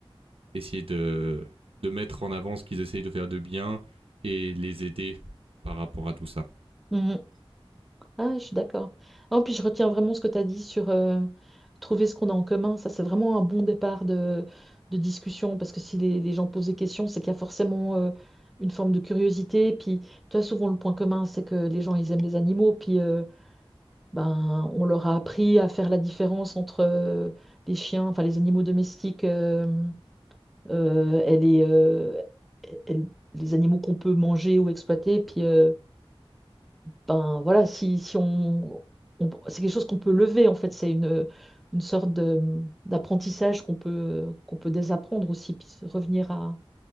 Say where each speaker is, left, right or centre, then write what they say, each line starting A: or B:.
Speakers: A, on the right; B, in the centre.
A: essayer de de mettre en avant ce qu'ils essayent de faire de bien et les aider par rapport à tout ça.
B: ouais. Ah, je suis d'accord. Non, puis je retiens vraiment ce que tu as dit sur euh, trouver ce qu'on a en commun. Ça, c'est vraiment un bon départ de, de discussion parce que si les, les gens posent des questions, c'est qu'il y a forcément euh, une forme de curiosité. Puis, tu as souvent le point commun, c'est que les gens, ils aiment les animaux. Puis, euh, ben, on leur a appris à faire la différence entre euh, les chiens, enfin les animaux domestiques euh, euh, et les, euh, et- et les animaux qu'on peut manger ou exploiter. Puis, euh, ben voilà, si, si on, on- c'est quelque chose qu'on peut lever en fait, c'est une, une sorte de, d'apprentissage qu'on peut, qu'on peut désapprendre aussi, puis se revenir à,